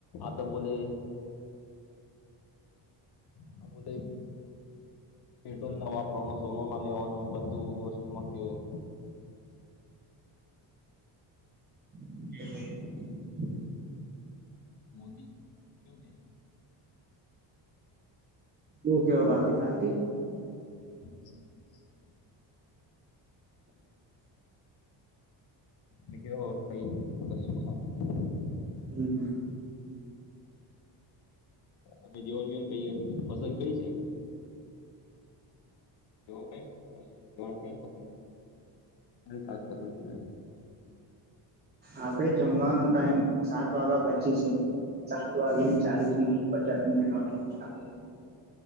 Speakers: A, on the left; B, on the right.
A: ત બોલે હા બોલે પેટ્રોલ ના વાપરવાનો સોનું ના લેવાનો બધું વસ્તુમાં કેવાય
B: <unintelligible>
A: મોદી <unintelligible>
B: ઓ કેવ બાકી શાંતિ.
A: <inaudible> <unintelligible>
B: હમ્મ.
A: અમે જવન જવન ક પસંદ કરીઈ છે. <unintelligible>
B: આપડે જમવાનો ટાઈમ સાત વાગ્યા પછી છે સાત વાગે ને ચાલીસ મિનિટ પચાસ મિનિટ <unintelligible>